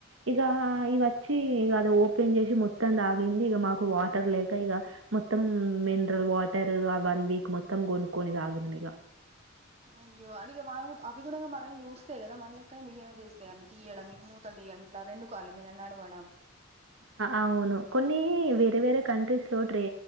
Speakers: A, on the right (about 70°); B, on the right (about 30°).
A: ఇగ
B: అవును.
A: ఇది వచ్చి ఇగ అది ఓపెన్ చేసి మొత్తం తాగింది ఇక మాకు వాటర్ లేక ఇగ మొత్తం మిన్రల్ వాటర్ ఆ వన్ వీక్ మొత్తం కొనుక్కొని తాగిన ఇగ
B: అయ్యో అందుకే మనం అవి కూడా మనం జూస్ తే కదా మళ్ళీ ఎక్కడ బిహేవ్ చేస్తాయి అన్ని తీయడం ఈ మూటలు తీయడం ఇట్లా రెండు కాళ్ళ మీద నడవడం
A: అవును కొన్ని వేరే వేరే కంట్రీస్లో ట్రే